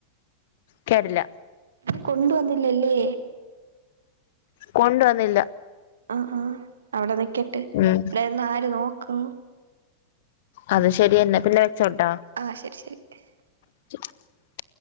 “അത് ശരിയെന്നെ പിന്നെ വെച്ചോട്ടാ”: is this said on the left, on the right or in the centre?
Left